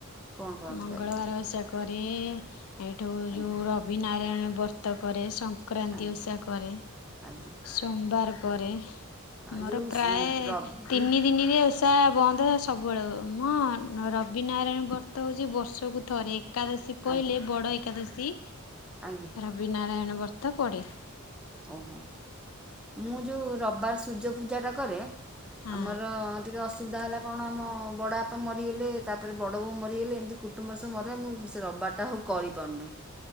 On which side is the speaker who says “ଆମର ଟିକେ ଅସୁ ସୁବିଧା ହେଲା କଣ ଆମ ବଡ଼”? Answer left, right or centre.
Centre